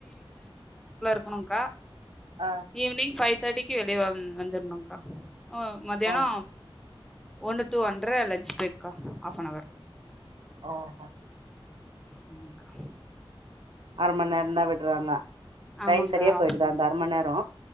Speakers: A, in the centre; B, on the right.
A: உனுங்க்கா
B: ஆ
A: ஈவ்னிங் ஃபைவ் எய்ட் தர்டிக்கி வெளிய வந்துர்னுன்கா ஓ மத்தியானோ
B: ஓ
A: ஒன்னுட்டூ ஒண்டற லஞ்ச் பெரேக்கா ஆஃப் பன் அவர்
B: ஓஹோ
A: ஆமாக்கா
B: அரமண்ணேர்தா விட்றாங்க
A: ஆமாங்க்கா
B: டைம் சரியா போயிடுதா
A: ஆமா.
B: அந்த அரமண்ணேரோ